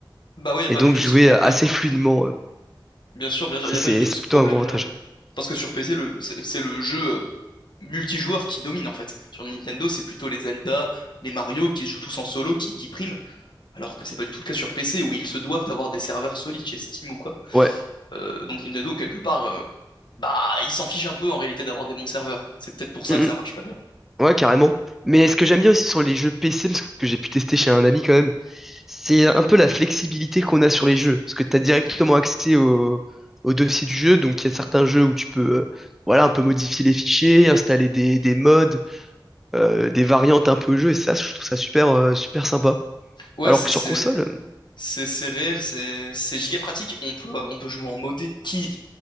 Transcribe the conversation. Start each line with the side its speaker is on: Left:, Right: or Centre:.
Left: Bah ouais, y a pas
Centre: et donc
Left: du tout
Centre: jouer
Left: ce problème,
Centre: euh, assez
Left: ouais.
Centre: fluidement. euh.
Left: Bien sûr, bien sûr,
Centre: Ça,
Left: y a
Centre: c'est
Left: pas du tout
Centre: c'est
Left: ce
Centre: plutôt
Left: problème-là,
Centre: un gros avantage.
Left: ouais. Parce que sur PC, le, c'est, c'est le jeu euh, multijoueur qui domine, en fait. Sur Nintendo, c'est plutôt les Zelda, les Mario qui se jouent tous en solo, qui, qui priment. Alors que c'est pas du tout le cas sur PC, où ils se doivent d'avoir des serveurs solides chez Steam ou quoi.
Centre: Ouais,
Left: Euh, donc Nintendo, quelque part, euh, bah, ils s'en fichent un peu en réalité d'avoir des bons serveurs. C'est peut-être pour ça
Centre: Mm,
Left: que ça
Centre: mm.
Left: marche pas bien.
Centre: ouais, carrément. Mais ce que j'aime bien aussi sur les jeux PC, parce que j'ai pu tester chez un ami quand même, c'est un peu la flexibilité qu'on a sur les jeux. Parce que tu as directement accès au, au dossier du jeu, donc il y a certains jeux où tu peux. euh, Voilà, un peu modifier les fichiers, installer des, des mods, euh, des variantes un peu au jeu, et ça, je trouve ça super, euh, super sympa.
Left: Ouais,
Centre: Alors
Left: c'est
Centre: que sur
Left: c'est
Centre: console, euh,
Left: c'est c'est réel, c'est c'est giga pratique. On peut euh, on peut jouer en modé. Qui